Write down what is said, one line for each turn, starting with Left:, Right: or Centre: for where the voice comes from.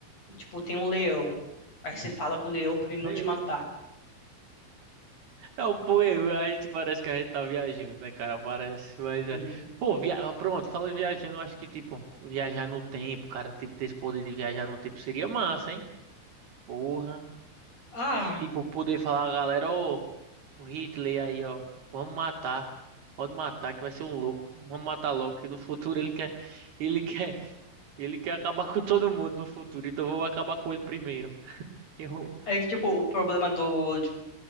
Left: Tipo, tem um leão. Aí você fala com o leão pra
Right: <laughs>
Left: ele não
Right: eu,
Left: te matar.
Right: Não, pô, eu- a gente parece que a gente tá viajando, né, cara? Parece, mas é.
Left: Sim.
Right: Pô, via... ah, pronto, falando em viajando, eu acho que, tipo, viajar no tempo, cara, tipo, ter esse poder de viajar no tempo seria massa, hein? Porra.
Left: Ah,
Right: Tipo, poder falar, galera, ó, o Hitler aí, ó, vamos matar. Pode matar, que vai ser um louco. Vamos matar logo, que no futuro ele quer, ele quer, ele quer acabar com todo mundo no futuro, então vamos acabar com ele primeiro. Eu,
Left: aí que, tipo, o problema do, de,